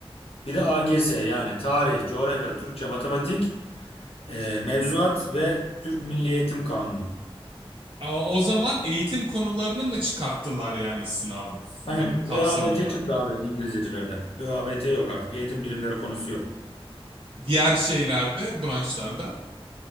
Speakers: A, on the left; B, on the right.
A: Bir de AGS yani tarih, coğrafya, Türkçe, matematik, e, mevzuat ve Türk Milli Eğitim Kanunu.
B: Aa, O zaman eğitim konularını mı çıkarttılar yani sınavın
A: Hani
B: kapsamında?
A: ÖABT çıktı abi İngilizcecilerde. ÖABT yok artık. Eğitim bilimleri konusu yok.
B: Diğer şeylerde, branşlarda?